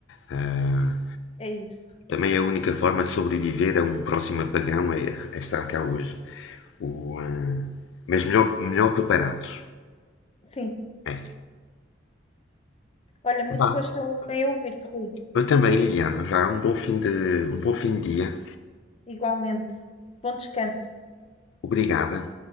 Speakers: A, on the left (about 75°); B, on the left (about 30°).
A: Ah,
B: É isso.
A: também a única forma de sobreviver a um próximo apagão é, é estar cá hoje. O, eh, mas melhor, melhor preparados.
B: Sim.
A: É.
B: Olha, muito
A: Vá.
B: gosto em ouvir-te, Rui.
A: Eu também, Liliana, já um bom fim de, um bom fim de dia.
B: Igualmente. Bom descanso.
A: Obrigada.